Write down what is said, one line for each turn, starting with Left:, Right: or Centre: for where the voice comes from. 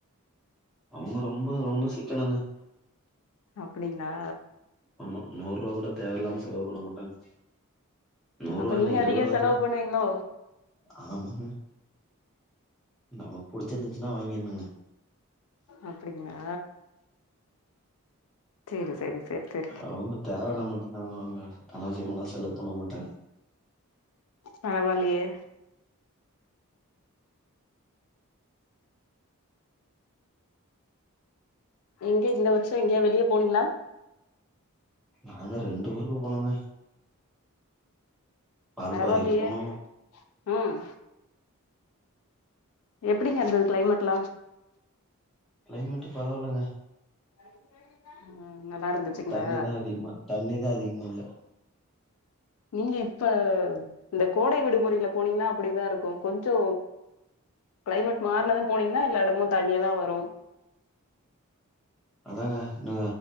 Centre: அவுங்க ரொம்ப ரொம்ப சிக்கணுங்க
Left: அப்டிங்ளா
Centre: ஆமா நூறு ரூபா கூட தேவயில்லாம செலவு பண்ண மாட்டாங்க நூறுவா
Left: அப்ப நீங்க
Centre: என்ன இருவது
Left: அதிக
Centre: ரூவா
Left: செலவு
Centre: கூட
Left: பண்ணுவீங்ளோ
Centre: ஆமாங்க நமக்கு புடிச்சிருந்துச்சுன்னா வாங்கிர்னுங்க
Left: அப்டிங்ளா செரி செரி செர் செர்
Centre: அவுங்க தேவயானா மட்டு தாங்க வாங்க அனாவசியமாலா செலவு பண்ண மாட்டாங்க
Left: பரவாயில்லியே எங்க இந்த வர்ஷோ எங்கயா வெளிய போனீங்ளா
Centre: நாங்க ரெண்டு ஊருக்கு போனங்க வால்பாறைக்கு
Left: பரவாயில்லியே
Centre: போனோ
Left: ம் எப்டிங்க இருந்தது க்ளைமேட்லா
Centre: க்ளைமேட்டு பரவாயில்லங்க
Left: <inaudible> ம் நல்லா இருந்துச்சுங்களா
Centre: தண்ணிதா அதிகமா தண்ணிதா அதிகமா இல்ல
Left: நீங்க இப்ப இந்த கோடை விடுமுறையில போனீங்னா அப்டிதா இருக்கு கொஞ்சோ க்ளைமெட் மார்னது போனீங்னா எல்லா இடமு தண்ணியா தா வரு
Centre: அதாங்க இன்னு